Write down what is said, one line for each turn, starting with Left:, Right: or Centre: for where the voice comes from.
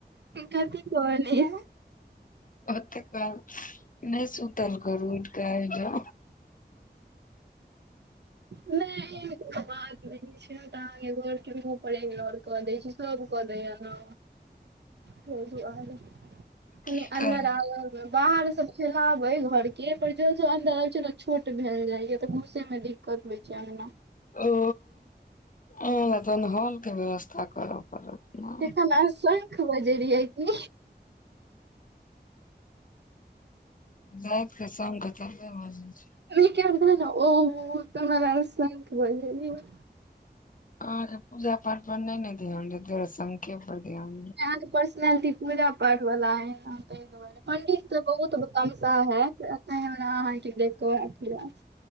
Right: कथी कहलिये
Left: ओतेक काल नहि सुतल करू उठ कऽ आबि जाउ
Right: नहिमे कोइ बात नहि छै तगे। पर इगनोर कऽ दै छी सब क दैय हं तहि दुआरे कनी
Left: की
Right: अन्दर
Left: करब
Right: आवल बाहर सब खेलबे घर केँ पर जो जो अन्दर आ छै ने छोट भेल जाय या तऽ घूसे मे दि <unintelligible> अंगना
Left: ओ ओइ लऽ तहन हॉल केँ व्यवस्था करऽ पड़त नऽ
Right: हम आई संख बजेलिये की
Left: राति केँ संख थोरबे बजइ छै
Right: <unintelligible>
Left: अहाँ केँ पूजा पाठ पर नइ नऽ ध्यान देतै तहि दुआरे संख पर ध्यान
Right: नइ अहाँकेँ पर्सनलिटी पूजा पाठ वाला हइ नऽ तहि दुआरे पण्डित तऽ बहुत तमशा हैत अखैन हमरा अहाँकेँ देख केँ ओहा <unintelligible>